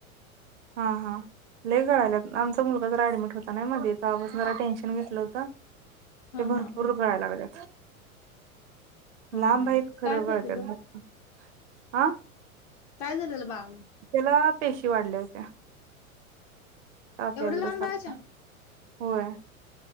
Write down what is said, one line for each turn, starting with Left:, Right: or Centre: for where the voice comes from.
Right: हा हा लय कळाला आमचा मुलगा जरा ऍडमिट होता नाही मध्ये तवा पासून जरा टेन्शन घेतलं होतं ते
Left: हा
Right: भरपूर
Left: हा हा
Right: गळायला लागले
Left: हा
Right: लांब
Left: हा
Right: आहेतत खरं
Left: काय
Right: गळतात
Left: झालेलं
Right: बघ आ
Left: काय झालेल बा..
Right: त्याला पेशी वाढल्या होत्या ताप
Left: एवढं
Right: यालता
Left: लहान
Right: सारखा
Left: बाळाच्या
Right: होय